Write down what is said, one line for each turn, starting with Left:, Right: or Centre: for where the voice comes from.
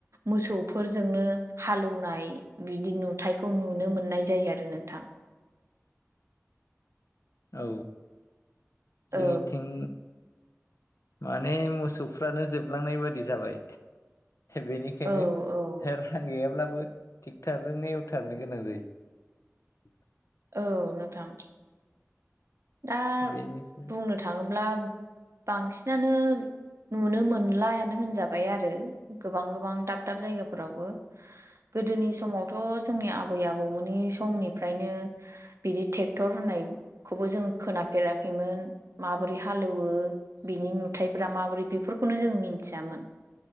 Right: मोसौफोरजोंनो हालौनाय बिदि नुथायखौ नुनो मोननाय जायो आरो नोंथां
Left: औ
Right: औ
Left: जोंनि थिं माने मोसौफ्रानो जोबलांनाय बादि जाबाय बेनिखायनो
Right: औ औ
Left: रां गैयाब्लाबो ट्रेक्टरजोंनो एवथारनो गोनां जायो <inaudible>
Right: औ नोंथां दा
Left: बेनिफ्राय
Right: बुंनो थाङोब्ला बांसिनानो नुनो मोनलायानो होनजाबाय आरो गोबां गोबां दाब दाब जायगाफोरावबो गोदोनि समावथ' जोंनि आबै आबौमोननि समनिफ्रायनो बिदि ट्रेक्टर होननाय खौबो जों खोनाफेराखैमोन माबोरै हालेवो बिनि नुथायफोरा माबोरै बेफोरखौनो जों मिथियामोन